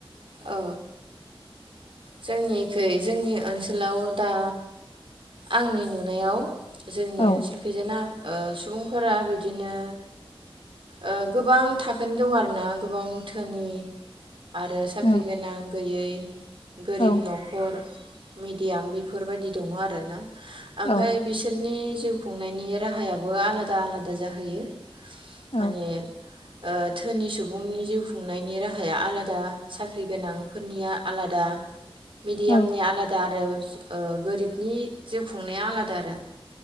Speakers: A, on the right; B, on the left.
A: औ जोंनिखै जोंनि ओनसोलाव दा आंनि नुनायाव जोंनि
B: औ
A: ओनसोलखैजाना ओ सुबुंफोरा बिदिनो ओ गोबां थाखोनि दं आरो ना गोबां धोनि आरो साख्रि
B: औ
A: गोनां गैयै गोरिब
B: औ
A: न'खर मेडियाम बेफोरबायदि दङ आरो ओमफाय
B: औ
A: बिसोरनि जिउ खुंनायनि राहायाबो आलादा आलादा जाहैयो।
B: औ
A: माने ओ धोनि सुबुंनि जिउ खुंनायनि राहाया आलादा साख्रि गोनांफोरनिया आलादा मिडियामनि
B: औ
A: आलादा आरो ओ गोरिबनि जिउ खुंनाया आलादा आरो